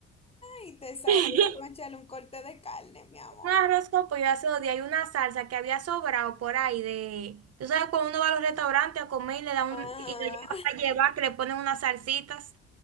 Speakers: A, on the left; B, on the right.
A: Ay, te salió,
B: Un
A: cónchale, un corte de carne, mi amor.
B: arroz con pollo hace dos días hay una salsa que había sobrado por ahí de... Tú sabes, cuando uno va a los restaurantes a comer y le da un...
A: Ajá,
B: y lo lleva
A: <laughs>
B: para llevar, que le ponen unas salsitas.